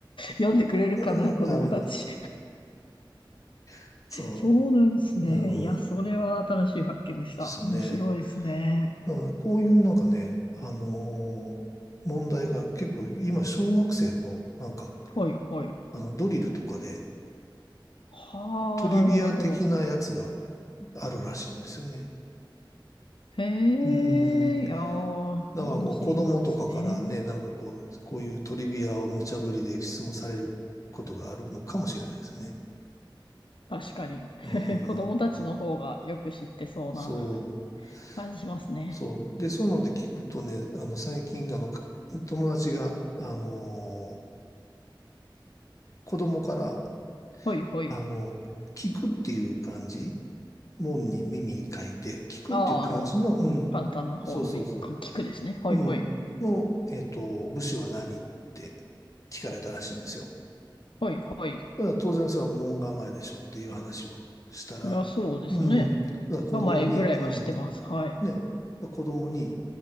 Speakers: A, on the left; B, on the left.
A: 読んでくれるかな、
B: <laughs> うんダメな、
A: 子供たち。
B: <laughs> そ
A: そうなんですね。
B: う、うん、
A: いや、それは新しい発見でした。
B: ですよね。
A: 面白いですね。
B: だからこういうなんかね、あのー問題が結構今、小学生のなんか、
A: はい、はい。
B: あのドリルとかで
A: はあ、
B: トリビア的なやつが
A: なるほど、なるほど。
B: あるらしいんですよね。
A: へえ、
B: うん。
A: いやー、
B: だからこう子供とかからね、
A: 物知りなんですね。
B: なんかこう、こういうトリビアを無茶ぶりで質問されることがあるのかもしれないですね。
A: 確かに。
B: うん、
A: <laughs> 子供たちの方がよく知ってそうな
B: そう、
A: 感じしますね。
B: そう。で、そういうので聞くとね、あの、最近、あの、か友達が、あのー子供から、
A: ほいほい。
B: あの、聞くっていう感じ、門に耳書いて、聞くっていう感じの、
A: ああ、あの、
B: うん、
A: 簡単な方のみ、
B: そうそうそ
A: か聞くですね。ほいほい。
B: う、うん、の、えっと、部首は何って聞かれたらしいんですよ。
A: ほいほい。
B: まあ当然それは門構えでしょっていう話をしたら、
A: いや、そうですよね。
B: うん、だから子供に、
A: 名前ぐらいは知ってます。
B: うん、
A: はい。
B: ね、子供に、